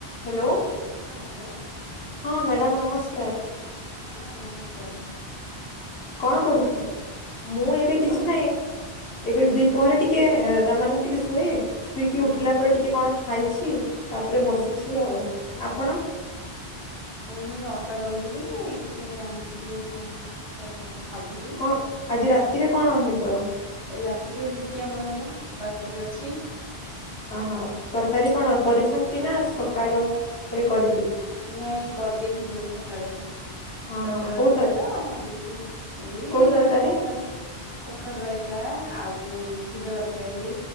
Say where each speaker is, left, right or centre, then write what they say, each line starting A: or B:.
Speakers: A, on the left; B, on the left.
A: Hello.
B: ହଁ hello.
A: ହଁ madam ନମସ୍କାର।
B: ହଁ ନମସ୍କାର।
A: କଣ କରୁଥିଲେ ମୁଁ ଏବେ
B: ଏଇ
A: କିଛି ନାହିଁ। ଏବେ ଦିପହରେ ଟିକେ ତା ମାନେ ଟିକେ ଶୁଏ ଶୋଇକି
B: ହୁଁ
A: ଉଠିଲା ପରେ ଟିକେ କଣ ଖାଇଛି ତାପରେ
B: ହୁଁ
A: ବସିଛି ଆଉ ଆପଣ?
B: ମୁଁ ଏଇ ଅଟା ଦଳୁଥିଲି ଟିକେ ଆଣିଥିଲୁ ଖାଇବା ପାଇଁ ଖାଉଥିଲୁ।
A: କଣ ଆଜି ରାତିରେ କଣ ହେବ?
B: ଏ ରାତିରେ, ରୁଟି, ଆମର ହବ, ତରକାରୀ, ଅଛି।
A: ଓହୋ, ତରକାରୀ,
B: ହୁଁ
A: କଣ କରିଛନ୍ତିନା ସକାଳରେ କରିବେ?
B: ନାଇଁ କରିଦେଇଥିଲୁ ସକାଳେ।
A: ହଁ
B: ସେ ତରକାରୀ
A: ହଁ କୋଉ
B: ଥିଲା
A: ତର
B: ତ ଆଉ କିଛି ଏଇ
A: କୋଉ ତରକାରୀ?
B: ସେଇ କଖାରୁ କଖାରୁରାଇତା, ଆଉ ଯୋଉ, ସିଝାତରକାରୀ।